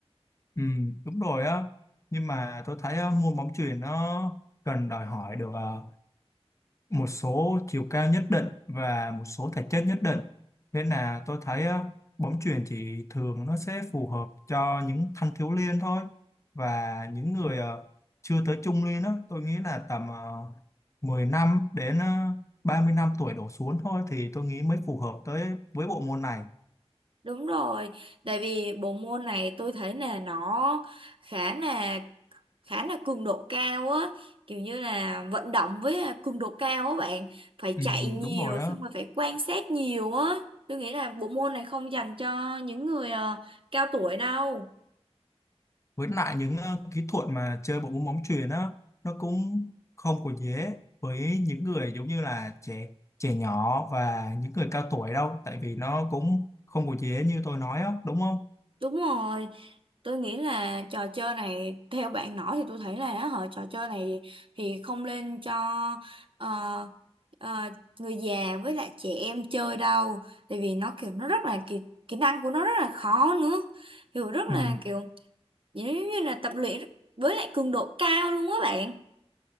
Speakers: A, on the left; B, on the right.
A: Ừ, đúng rồi á nhưng mà tôi thấy á, môn bóng chuyền nó cần đòi hỏi được ờ, một số chiều cao nhất định và một số thể chất nhất định nên là tôi thấy á, bóng chuyền chỉ thường nó sẽ phù hợp cho những thanh thiếu niên thôi và những người ờ, chưa tới trung niên á tôi nghĩ là tầm uh, 10 năm đến ờ, 30 năm tuổi đổ xuống thôi thì tôi nghĩ mới phù hợp tới với bộ môn này
B: Đúng rồi, tại vì bộ môn này tôi thấy là nó khá là khá là cường độ cao á, kiểu như là vận động với là cường độ cao á bạn, phải
A: ừ,
B: chạy nhiều
A: đúng rồi á
B: xong rồi phải quan sát nhiều á. Tôi nghĩ là bộ môn này không dành cho những người ờ, cao tuổi đâu.
A: với lại những ờ, kỹ thuật mà chơi bộ môn bóng chuyền á nó cũng không có dễ với những người giống như là trẻ trẻ nhỏ và những người cao tuổi đâu tại vì nó cũng không có dễ như tôi nói á đúng không
B: Đúng rồi, tôi nghĩ là trò chơi này theo bạn nói thì tôi thấy là á, họ trò chơi này thì không nên cho ờ, ờ, người già với lại trẻ em chơi đâu, tại vì nó kiểu nó rất là kỹ, kỹ năng của nó rất là khó nữa, kiểu rất
A: ừ,
B: là kiểu giống như là tập luyện với lại cường độ cao luôn á bạn.